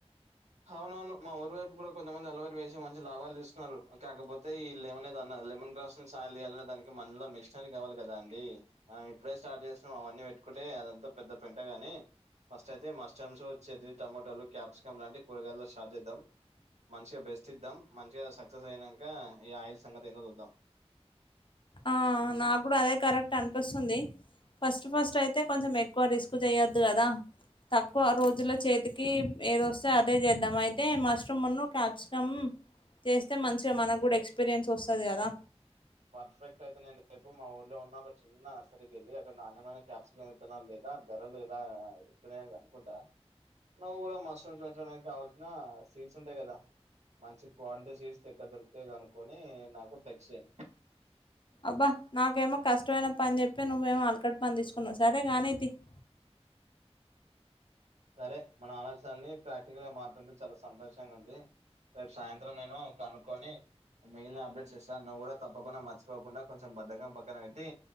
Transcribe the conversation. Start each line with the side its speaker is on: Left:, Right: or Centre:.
Right: అవునవును మా ఊరి వైపు కూడా కొంతమంది అలోవీరా వేసి మంచి లాభాలు తీస్తున్నారు. కాకపోతే ఈ లెమన్ ఏదో అన్నారు. లెమన్ గ్రాస్ ను సాల్ జేయాలంటే దానికి మళ్ళ మిషనరీ కావాలి గదా అండి మనం ఇప్పుడే స్టార్ట్ చేసినం అవన్నీ పె ట్టుకుంటే అదంతా పెద్ద పెంటగాని ఫస్ట్ అయితే మస్టమ్స్ చెర్రి టమాటోలు క్యాప్సికమ్ లాంటి కూరగాయలు స్టాట్ చేద్దాం. మంచిగా బెస్ట్ ఇద్దాం. మంచిగా సక్సెస్ అయినంక ఈ ఆయిల్ సంగతి ఏందో చూద్దాం.
Left: ఆ నాకు గూడా అదే కరెక్ట్ అనిపిస్తుంది. ఫస్ట్ ఫస్ట్ అయితే కొంచెం ఎక్కువ రిస్క్ చేయొద్దు గదా. తక్కువ రోజుల చేతికి ఏది వస్తే అదే చేద్దాం అయితే మష్రూమ్ మున్ను క్యాప్సికం చేస్తే మంచిగా మనకు గూడా ఎక్స్పీరియన్స్ వస్తది గదా.
Right: పర్ఫెక్ట్ అయితే నేను రేపు మా ఊర్లో ఉన్న ఒక చిన్న అస్టలుకి వెళ్ళి అక్కడ నాణ్యమైన క్యాప్సికమ్ విత్తనాలు ఆ ధరలు ఎలా ఎట్లున్నాయో కనుకుంటా నువ్వు గూడా మష్రూమ్స్ పెంచడానికి కావల్సిన సీడ్స్ ఉంటాయి గదా మంచి క్వాలిటి సీడ్స్ ఎక్కడ దొరుకుతాయో కనుకొని నాకు టెక్స్ చేయ్
Left: అబ్బా నాకేమో కష్టమైన పని జెప్పి నువ్వేమో అలకట్ పని దీసుకున్నావు సరే గానీతి <inaudible>
Right: సరే మన ఆలోచనలన్నీ ప్రాక్టికల్ గా మాట్లాడుతుంటే చాలా సంతోషంగా ఉంది. రేపు సాయంత్రం నేను కనుక్కొని మిగిలిన అప్డేట్స్ ఇస్తాను. నువ్వు కూడా తప్పకుండా మర్చిపోకుండా కొంచెం బద్దకం పక్కన పెట్టి